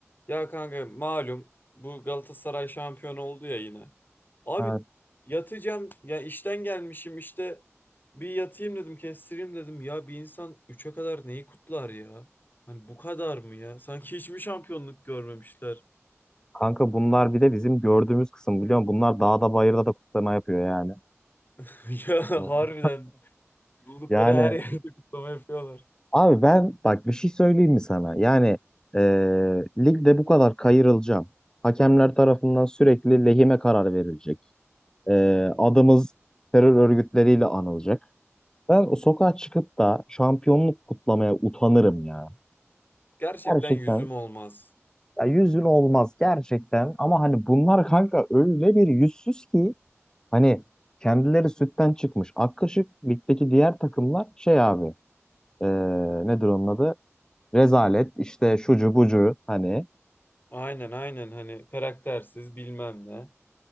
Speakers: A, on the left; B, on the left.
A: Ya kanka malum bu Galatasaray şampiyon oldu ya yine. Abi
B: Evet.
A: yatacağım ya işten gelmişim işte bir yatayım dedim kestireyim dedim. Ya bir insan üçe kadar neyi kutlar ya? Hani bu kadar mı ya? Sanki hiç mi şampiyonluk görmemişler?
B: Kanka bunlar bir de bizim gördüğümüz kısım biliyor musun? Bunlar dağda bayırda da kutlama yapıyor yani.
A: <laughs> Ya harbiden
B: Ee,
A: buldukları
B: <laughs> yani
A: her yerde kutlama yapıyorlar.
B: abi ben bak bir şey söyleyeyim mi sana? Yani ee, ligde bu kadar kayırılacağım. Hakemler tarafından sürekli lehime karar verilecek. Ee, adımız terör örgütleriyle anılacak. Ben o sokağa çıkıp da şampiyonluk kutlamaya utanırım ya.
A: Gerçekten
B: Gerçekten.
A: yüzüm olmaz.
B: Ya yüz bin olmaz gerçekten. Ama hani bunlar kanka öyle bir yüzsüz ki Hani kendileri sütten çıkmış. Ak kaşık ligdeki diğer takımlar şey abi e, nedir onun adı? Rezalet işte şucu bucu hani.
A: Aynen aynen hani karaktersiz bilmem ne.